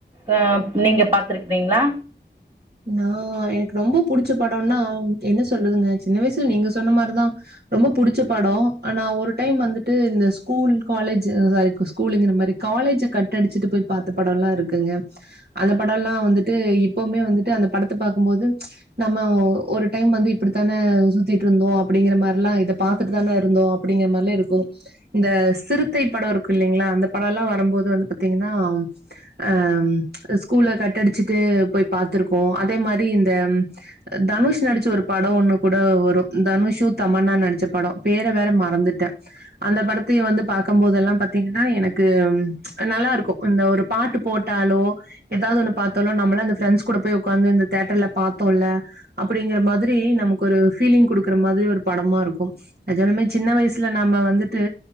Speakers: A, on the right; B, on the right.
A: ஆ நீங்க பாத்துருக்கிறீங்களா
B: நான் எனக்கு ரொம்ப புடிச்ச படோன்னா என்ன சொல்றதுங்க சின்ன வயசுல நீங்க சொன்ன மாரிதா ரொம்ப புடிச்ச படோ ஆனா ஒரு டைம் வந்துட்டு இந்த ஸ்கூல் காலேஜி சாரி ஸ்கூலுங்கிற பாரு காலேஜ கட்டடிச்சுட்டு போய் பாத்த படோலா இருக்குங்க அந்த படோலா வந்துட்டு இப்பவுமே வந்து ட்டு அந்த படத்த பாக்கும்போது நம்ம ஒரு டைம் வந்து இப்டித்தான சுத்திட்ருந்தோம் அப்டிங்கிற மாரிலா இத பாத்துட்டு தான இருந்தோம் அப்டிங்கிற மாரிலா இருக்கும் இந்த சிறுத்தை படோ இருக்கு இல்லைங்களா அந்த படோலா வரம்போது வந்து பாத்தீங்கன்னா ஆ ஸ்கூல்ல கட்டடிச்சுட்டு போய் பாத்துருக்கோ கோம் அதே மாரி இந்த தனுஷ் நடிச்ச ஒரு படோ ஒன்னுக் கூட வரும் தனுஷு தமன்னா நடிச்ச படோ பேர வேற மறந்துட்டே அந்த படத்தயு வந்து பாக்கம்போதல்லா பாத்தீங்கன்னா எனக்கு நல்லாருக்கும் அந்த ஒரு பாட்டு போட்டாலோ எதாவது ஒன்னு பாத்தாலோ நம்மளாம் இந்த ஃப்ரண்ட்ஸ் கூட போய் உக்காந்து இந்த தேட்டர்ல பாத்தோம்ல அப்டிங்கிற மாதிரி நமக்கு ஒரு ஃபீலிங் குடுக்கற மாதிரி ஒரு படமா இருக்கும் நெஜமாலுமே சின்ன வயசுல நம்ம வந்துட்டு